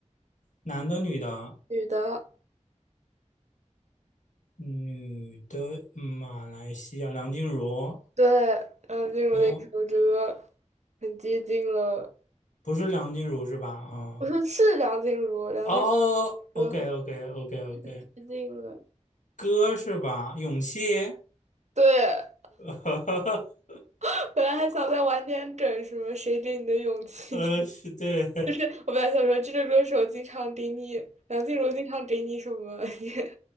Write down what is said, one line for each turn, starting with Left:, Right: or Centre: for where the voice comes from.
Left: 男的、女的？
Right: 女的，
Left: 女的，马来西亚，梁静茹。
Right: 对，梁静茹的一首歌，
Left: 哦，
Right: 很接近了，
Left: 不是梁静茹是吧？啊、
Right: 我说是梁静茹，梁静茹
Left: 哦哦，OK，OK，OK，OK，
Right: 的歌很接近了，
Left: 歌是吧？勇气。
Right: 对，
Left: <laughs>
Right: <laughs> 本来还想再晚点整什么谁给你的勇气，
Left: 呃，是对，<laughs>
Right: <laughs> 我本来想说这个歌手经常给你，梁静茹经常给你什么，<laughs>